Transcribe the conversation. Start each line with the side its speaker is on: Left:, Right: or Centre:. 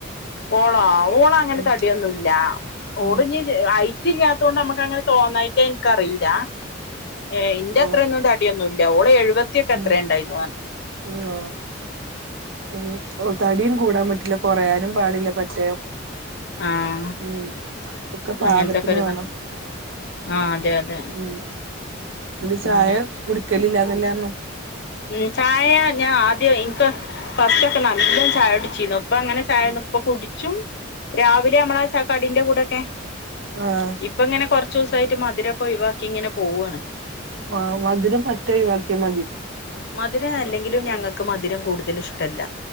Left: ഓളൊ? ഓള അങ്ങനെ
Right: ഉം
Left: തടിയൊന്നുംല്ലാ. ഓളിഞ്ഞ്.
Right: ഉം
Left: ഐറ്റില്ല്യാതോണ്ട് നമ്മക്കങ്ങനെ തോന്നായിട്ട ഇൻക്കറില്ല. ഏ ഇന്റെ അത്രന്നും
Right: ആഹ്
Left: തടിയൊന്നുംല്ല. ഓൾ എഴുവത്തിയൊക്കെ
Right: ഉം
Left: എത്ര ഇണ്ടായിരുന്നു അ
Right: ഉം. ആ ഉം. തടിയും കൂടാൻ പറ്റില്ല. കൊറയാ ഉം പാടില്ല <unintelligible> <unintelligible> കം
Left: ആഹ്
Right: ഉം. ഒക്കെ പാകത്തിന്
Left: അങ്ങനത്തൊക്കെ ഒരിതാ
Right: വേണം.
Left: ആ അതെ അതെ
Right: ഉം.. ന്നട്ട്
Left: അങ്ങനെ
Right: ചായ കുടിക്കലില്ല എന്നന്നേർഞ്ഞു.
Left: ഉം.. ചായ ഞാൻ ആദ്യം ഇൻക്ക് ഫസ്റ്റൊക്കെ <inaudible> ചായ കുടുച്ചീന്നു. ഇപ്പ അങ്ങനെ ചായ
Right: ഉം
Left: ഇപ്പൊ കുടിച്ചും. രാവിലെ നമ്മളാ ച കടിന്റെ കൂടൊക്കെ.
Right: ആഹ്
Left: ഇപ്പങ്ങനെ കൊർച്ചൂസായിട്ട് മധുരൊക്കെ ഒഴ് വാക്കിങ്ങനെ പോവാണ്.
Right: ആ, മധുരം പറ്റെ ഒയിവാക്കിയ മതി.
Left: മധുരം അല്ലെങ്കിലും ഞങ്ങക്ക് മധുരം കൂടുതലും ഇഷ്ട്ടല്ല.